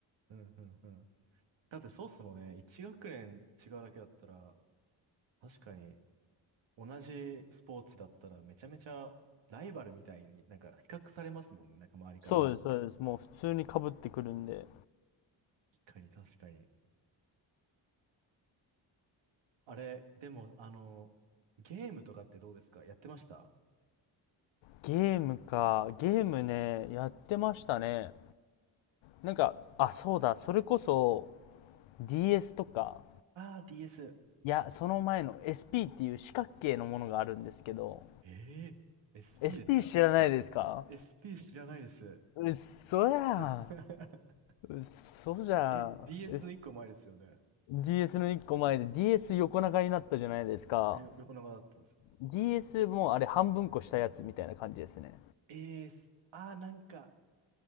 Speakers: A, on the right; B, on the left.
A: うんうんうん。だってそうっすもんね、一学年違うだけだったら、確かに同じスポーツだったらめちゃめちゃライバルみたいになんか比較されますもんね、なんか周りからも。
B: そうです、そうです。もう普通に被ってくるんで。
A: 確かに確かに。あれ、でもあの、ゲームとかってどうですかやってました
B: ゲームか。ゲームね、やってましたね。なんか、あ、そうだ。それこそ DS とか、
A: あー、DS。
B: いや、その前の SP っていう四角形のものがあるんですけど、
A: えー、SP
B: SP
A: ですか
B: 知らないですか
A: ?SP 知らないです。
B: うっそやん。
A: <laughs>
B: うっそじゃん。
A: え、DS
B: S-
A: の一個前ですよね。
B: DS の一個前で DS 横長になったじゃないですか。
A: あよ横長だったです。
B: DS もあれ半分こしたやつみたいな感じですね。
A: えー、あー、なんか